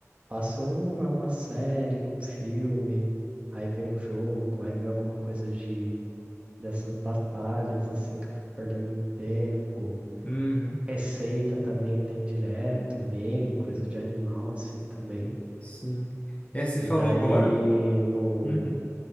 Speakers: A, on the right (about 25°); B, on the left (about 25°).
A: passa um, é uma série, um filme, aí vem um jogo, aí vem alguma coisa de dessas batalhas, assim, que eu fico perdendo muito tempo.
B: uhum,
A: Receita também tem direto, meme, coisa de animal, assim, também.
B: sim. É, você
A: E
B: falou
A: daí
B: agora?
A: no,
B: Uhum,